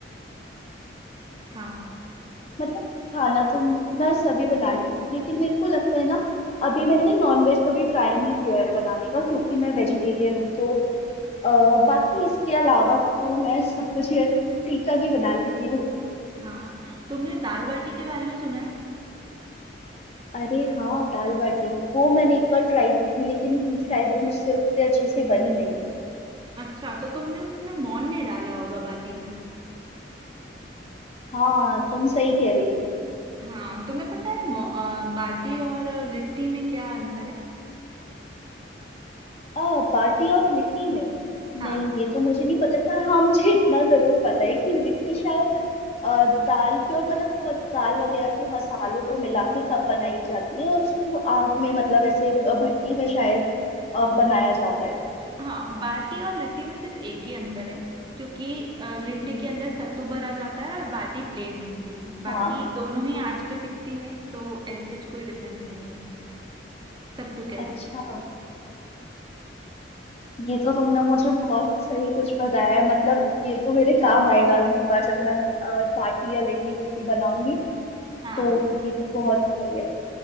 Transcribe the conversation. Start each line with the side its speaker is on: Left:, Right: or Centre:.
Right: हाँ
Left: मतलब खाना तो मैं सभी बना लेती हूँ लेकिन मेरे को लगता है ना अभी मैंने नॉनवेज कभी ट्राई नहीं किया है बनाने का क्योंकि मैं वेजिटेरियन हूँ तो अ, बाकी इसके अलावा तो मैं सब कुछ ये फीका की बना लेती हूँ
Right: हाँ तुमने दाल बाटी के बारे में सुना है
Left: अरे हाँ दाल बाटी वो मैंने एक बार ट्राई की थी लेकिन शायद वो मुझसे उतने अच्छे से बनी नहीं
Right: अच्छा तो तुमने उसमें मौन नहीं डाला होगा बाटी में
Left: हाँ तुम सही कह रही हो
Right: हाँ तुम्हें पता है मौ- अ, बाटी और लिट्टी में क्या अंतर है
Left: आ, बाटी और लिट्टी में
Right: हाँ
Left: नहीं ये तो मुझे नहीं पता पर हाँ मुझे इतना जरूर पता है कि लिट्टी शायद अ, दाल की और मतलब बहुत दाल वगैरह के मसालों को मिला के तब बनाई जाती है और उसको आग में मतलब ऐसे अ, भट्टी में शायद अ, बनाया जाता है
Right: हाँ बाटी और लिट्टी में सिर्फ एक ही अंतर है क्योंकि अ, लिट्टी
Left: हम्म
Right: के अंदर सत्तू भरा जाता है और बाटी प्लेन रहती है बाकी
Left: हाँ
Right: दोनों ही आंच पे सिकती है तो ऐसे कोई डिफरेंस नहीं है इनमें सत्तू के अलावा
Left: अच्छा ये तो तुमने मुझे बहुत सही कुछ बताया है। मतलब ये तो मेरे काम आएगा अगली बार जब मैं अ, बाटी या लिट्टी कुछ भी बनाऊंगी
Right: हाँ
Left: तो ये तो बहुत सही है